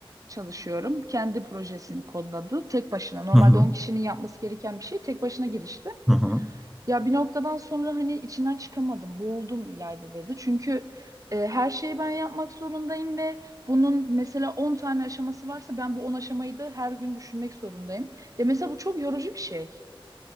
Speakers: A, on the right; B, in the centre.
A: çalışıyorum. Kendi projesini kodladı tek başına. Normalde
B: Hı hı.
A: 10 kişinin yapması gereken bir şey tek başına girişti.
B: Hı hı.
A: Ya bir noktadan sonra hani içinden çıkamadım, boğuldum İlayda dedi. Çünkü e, her şeyi ben yapmak zorundayım ve bunun mesela 10 tane aşaması varsa ben bu 10 aşamayı da her gün düşünmek zorundayım. Ya mesela bu çok yorucu bir şey.